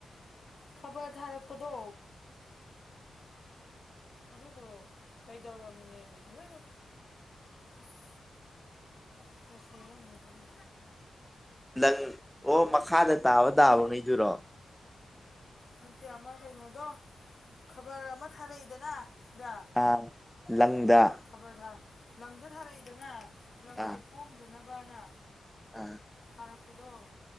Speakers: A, on the left; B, in the centre.
A: ꯈꯕꯔ ꯊꯥꯔꯛꯄꯗꯣ ꯑꯗꯨꯗꯣ ꯀꯩꯗꯧꯔꯝꯃꯤꯅꯦꯃꯤ ꯂꯣꯏꯅ ꯑꯁ ꯐꯤꯁꯦ ꯁꯣꯢꯔꯝꯃꯦꯅꯦ
B: ꯂꯪ ꯑꯣ ꯃꯈꯥꯗ ꯇꯥꯑꯣ ꯇꯥꯕꯅꯤꯗꯨꯨꯔꯣ
A: ꯅꯠꯇꯦ ꯑꯃ ꯀꯩꯅꯣꯗꯣ ꯈꯕ꯭ꯔ ꯑꯃ ꯊꯥꯔꯛꯏꯗꯅ ꯁꯤꯗ
B: ꯑꯥ ꯂꯪꯗ
A: ꯈꯕꯔ ꯊꯥ ꯂꯪꯗ ꯊꯥꯔꯛꯏꯗꯅ ꯂꯪꯁꯦ
B: ꯑꯥ
A: ꯀꯣꯝꯗꯅꯕꯅ
B: ꯑꯥ
A: ꯊꯥꯔꯛꯄꯗꯣ